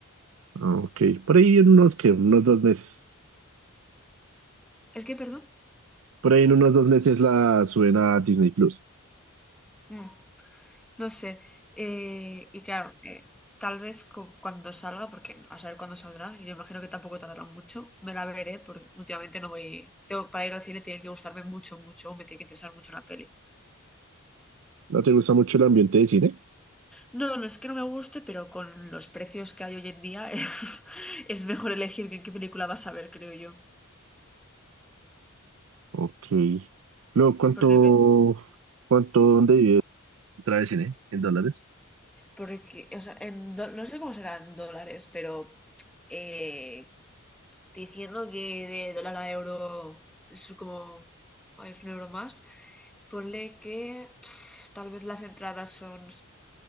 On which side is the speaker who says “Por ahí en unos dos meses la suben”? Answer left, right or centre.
Right